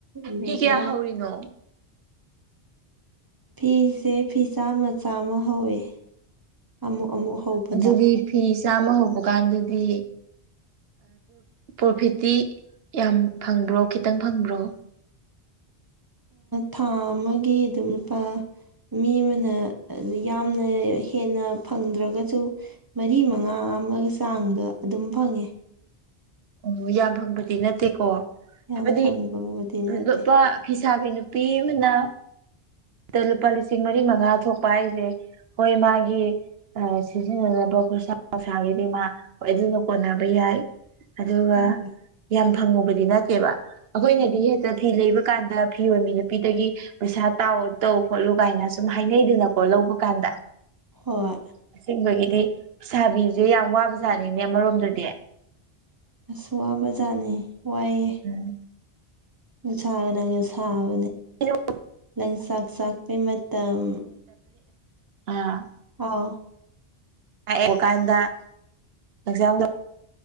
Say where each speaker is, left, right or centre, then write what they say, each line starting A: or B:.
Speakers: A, on the right (about 25°); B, on the right (about 70°).
A: ꯑꯗꯨꯒ
B: ꯍꯤ ꯀꯌꯥ ꯍꯧꯧꯔꯤꯅꯣ
A: ꯐꯤꯁꯦ ꯐꯤꯁꯥ ꯃꯆꯥꯥꯃ ꯍꯧꯋꯦ ꯑꯃꯨꯛ ꯑꯃꯨꯛ ꯍꯧꯕꯗ
B: ꯑꯗꯨꯗꯤ ꯐꯤ ꯆꯥꯝꯃ ꯍꯧꯕ ꯀꯥꯟꯗꯗꯤ ꯄ꯭ꯔꯣꯐꯤꯠꯇꯤ ꯌꯥꯝ ꯐꯪꯕ꯭ꯔꯣ ꯈꯤꯇꯪ ꯐꯪꯕ꯭ꯔꯣ
A: ꯊꯥ ꯑꯃꯒꯤ ꯑꯗꯨꯝ ꯂꯨꯄꯥ ꯃꯤ ꯑꯃꯅ ꯌꯥꯝꯅ ꯍꯦꯟꯅ ꯐꯪꯗ꯭ꯔꯒꯁꯨ ꯃꯔꯤ ꯃꯉꯥ ꯑꯃꯒꯤ ꯆꯥꯡꯗ ꯑꯗꯨꯝ ꯐꯪꯉꯦ
B: ꯑꯣ ꯌꯥꯝ ꯐꯪꯕꯗꯤ ꯅꯠꯇꯦꯀꯣ
A: ꯌꯥꯝ
B: ꯍꯥꯏꯕꯗꯤ
A: ꯐꯪꯕꯕꯨꯗꯤ ꯅꯠꯇꯦ
B: ꯂꯨꯄꯥ ꯐꯤꯁꯥꯕꯤ ꯅꯨꯄꯤ ꯑꯃꯅ ꯑꯗ ꯂꯨꯄꯥ ꯂꯤꯁꯤꯡ ꯃꯔꯤ ꯃꯉꯥ ꯊꯣꯛꯄ ꯍꯥꯏꯁꯦ ꯍꯣꯏ ꯃꯥꯒꯤ ꯁꯤꯖꯤꯟꯅꯅꯕ ꯍꯣꯏꯁꯥ ꯅꯨꯡꯁꯥꯒꯤꯗꯤ ꯃꯥ ꯑꯗꯨꯅ ꯀꯣꯟꯅꯕ ꯌꯥꯏ ꯑꯗꯨꯒ
A: ꯍꯣꯏ
B: ꯌꯥꯝ ꯐꯪꯉꯨꯕꯗꯤ ꯅꯠꯇꯦꯕ ꯑꯩꯈꯣꯏꯅꯗꯤ
A: ꯎꯝ
B: ꯍꯦꯛꯇ ꯐꯤ ꯂꯩꯕ ꯀꯥꯟꯗ ꯐꯤ ꯑꯣꯏꯕꯤ ꯅꯨꯄꯤꯗꯒꯤ ꯄꯩꯁꯥ ꯇꯥꯎꯑꯣ ꯇꯧ ꯈꯣꯠꯂꯨ ꯀꯥꯏꯅ ꯁꯨꯝ ꯍꯥꯏꯅꯩꯗꯅꯀꯣ ꯂꯧꯕ ꯀꯥꯟꯗ
A: ꯍꯣꯏ
B: ꯑꯁꯤꯕꯒꯤ ꯁꯥꯕꯤꯁꯦ ꯌꯥꯝ ꯋꯥꯕ ꯁꯥꯥꯅꯤꯅꯦ ꯑꯃꯣꯝꯗꯨꯗꯤ
A: ꯑꯁꯨ ꯋꯥꯕꯖꯥꯠꯅꯤ ꯋꯥꯏꯑꯦ
B: ꯎꯝ
A: ꯎ ꯁꯥꯒ ꯅꯪꯒ ꯁꯥꯕ
B: ꯍꯂ
A: ꯂꯪꯆꯥꯛ ꯆꯥꯛꯄꯤꯩ ꯃꯇꯝ
B: ꯑ
A: ꯑꯥ
B: ꯂꯥꯛꯑꯕ ꯀꯥꯟꯗ ꯑꯦꯛꯖꯥꯝꯗ